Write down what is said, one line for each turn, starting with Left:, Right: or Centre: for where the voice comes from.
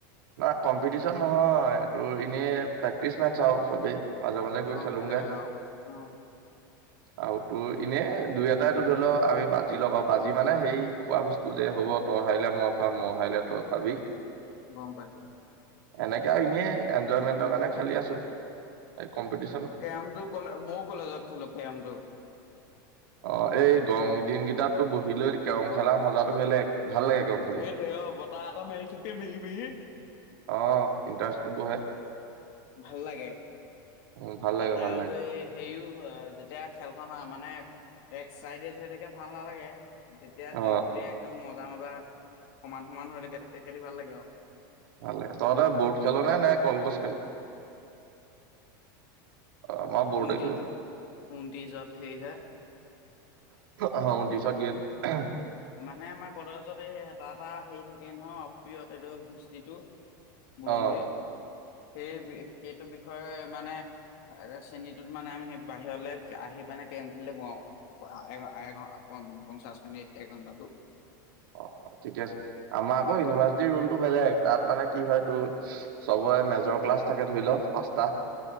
Right: ন কম্পিটিশ্যন। নহয় তোৰ এনেই প্ৰেক্টিচ মেছ আৰু চবেই মাজে মাজে গৈ
Left: অ
Right: খেলোগে
Left: খেলে উম।
Right: আৰু তোৰ এনেই দুই এটাইো ধৰি লও আমি বাজি লগা বাজি মানে সেই খোৱা বস্তু যে হ'ব ত হাৰিলে মই খ মই হাৰিলে তই খুৱাবি
Left: গম পাইছো।
Right: এনেকে এনেই এনজয়মেন্টৰ কাৰণে খেলি আছো, কম্পি
Left: কেম ক মই কলেজতো কেমটো
Right: অ এই গৰম দিনকেইটাতো বহিলৈ কেৰম খেলা মজাতটো বেলেগ। ভাল লাগে কেৰম খেলি।
Left: সেইটোয়ে অ বতাহঁ মাৰি ঠিকেই মিহি মিহি।
Right: অ ইণ্টাৰেষ্টটো বহে
Left: ভাল লাগে।
Right: উ ভাল লাগে
Left: তাতে
Right: ভাল
Left: আৰু
Right: লাগে
Left: এই হেৰিও হয় যেতিয়া খেলখন মানে এক চাইডে হৈ থাকে ভাল নালাগে তেতিয়া
Right: অ
Left: দুইফুলি একদম মজ মজা মজা সমান সমান হৈ থাকে তাতে খেলি ভাল লাগে আৰু।
Right: ভালে লাগে, তই এ বোট খেল নে নাই কলগছ খেল আমাৰ বৰ্ডে
Left: উতি
Right: খেলো
Left: উনতি জাত সেই হে <unintelligible>
Right: আহ উনটি শট গেম <unintelligible>
Left: মানে আমাৰ কলেজত এই এটা এটা হেৰি থাকে নহয় অপ্ৰিয়ত এইটো হিষ্ট্ৰিটো বুৰঞ্জীৰ
Right: অ
Left: সেই সেইটো বিষয়ৰ মানে শ্ৰেণীটোত মানে আমি হে বাহিৰলৈ আহি পনে কেম খেলিলে ক এঘ এঘ পঞ্চাশ মিনিট একঘণ্টাটো <unintelligible>
Right: অ ঠিকে আছে, আমাৰ আকৌ ইউনিভাৰ্চিটিৰ ৰোলটো বেলেগ তাত মানে কি হয় তোৰ চবৰে মেজৰ ক ক্লাছ থাকে ধৰি ল পাঁচটা,
Left: অ